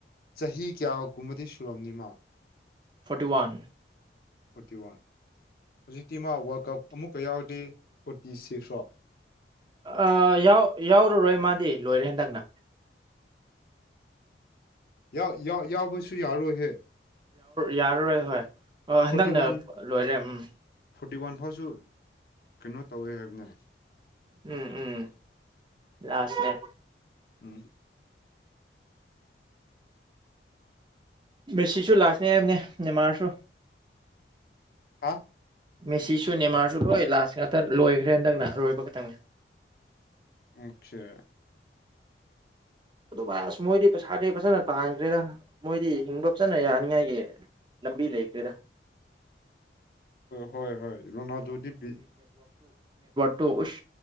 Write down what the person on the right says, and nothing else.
ꯐꯣꯔꯇꯤ ꯋꯥꯟ
ꯑꯥ ꯌꯥꯎꯔꯨꯔꯣꯏ ꯃꯥꯗꯤ ꯂꯣꯏꯔꯦ ꯍꯟꯗꯛꯅ
ꯌꯥꯔꯔꯣꯏ ꯍꯣꯏ ꯍꯟꯗꯛꯅ
ꯂꯣꯏꯔꯦ ꯎꯝ
ꯎꯝ ꯎꯝ ꯂꯥꯁꯅꯦ
ꯃꯦꯁꯤꯁꯨ ꯂꯥꯛꯥꯁꯅꯦ ꯍꯥꯏꯕꯅꯦ ꯅꯦꯃꯥꯥꯔꯁꯨ
ꯃꯦꯁꯤꯁꯨ ꯅꯤꯃꯥꯔꯁꯨ ꯂꯣꯏ ꯂꯥꯁ ꯉꯥꯛꯇ ꯂꯣꯏꯈ꯭ꯔꯦ ꯍꯟꯗꯛꯅ ꯂꯣꯏꯕ ꯈꯛꯇꯪꯅꯦ
ꯑꯗꯨ ꯚꯥꯏ ꯑꯁ ꯃꯣꯏꯗꯤ ꯄꯩꯁꯥꯗꯤ ꯐꯖꯅ ꯇꯥꯟꯈ꯭ꯔꯦꯗ ꯃꯣꯏꯗꯤ ꯍꯤꯡꯕ ꯐꯖꯅ ꯌꯥꯅꯤꯡꯉꯥꯏꯒꯤ ꯂꯝꯕꯤ ꯂꯩꯈ꯭ꯔꯦꯗ
ꯇꯣ ꯑꯁ